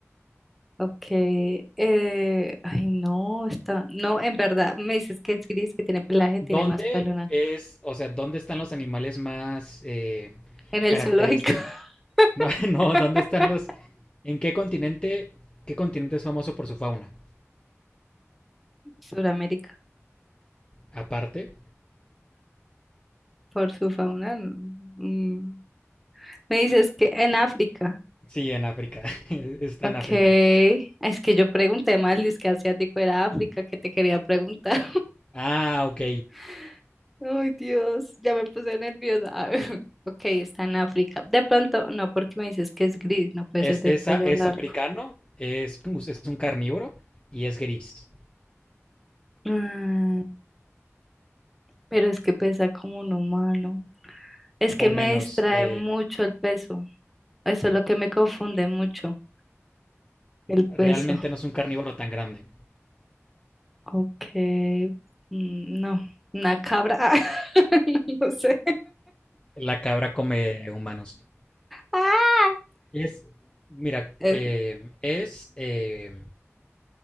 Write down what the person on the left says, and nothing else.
¿Dónde
es, o sea, dónde están los animales más eh,
característicos?
No, <laughs> no, ¿dónde están los, en qué continente, qué continente es famoso por su fauna?
Aparte,
sí, en África. <laughs> Está
en África.
Ah, ok.
Es,
es,
a- es
africano es, es un carnívoro y es gris,
o
menos.
eh,
realmente no es un carnívoro tan grande.
La cabra come humanos.
Es, mira,
eh, es eh,